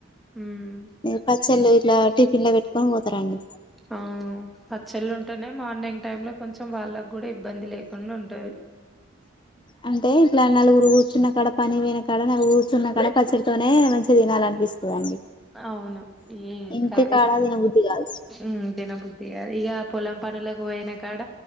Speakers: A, in the centre; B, on the left.
A: ఉమ్
B: ఈ పచ్చళ్ళు ఇట్లా టి పిల్ల పెట్టుక్కొని పోతరండి.
A: ఆ పచ్చళ్ళు ఉంటానే మార్నింగ్ టైమ్ లో కొంచెం వాళ్ళక్ కూడా ఇబ్బంది లేకుండా ఉంటది.
B: అంటే ఇట్లా నలుగురు ఉచ్చున్నక్కడ పనియి పోయినకాడ నలుగు ఉచ్చున్న కాడ పచ్చడితోనే మంచి తినాలనిపిస్తదండి.
A: అవును, ఈ
B: ఇంటి
A: కర్రీస్
B: కాడ తినబుద్ధి కాదు
A: ఉ తిన బుద్ది గాదు, ఇగ పొలం పనుల కు పోయిన కాడ,